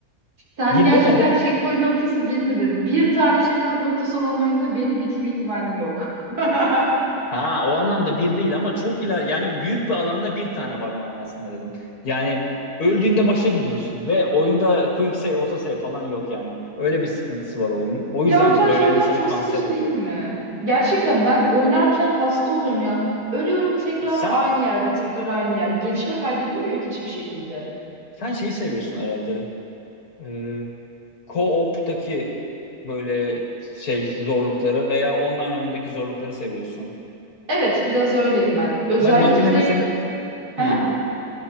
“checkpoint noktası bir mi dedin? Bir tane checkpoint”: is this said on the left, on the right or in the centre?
Right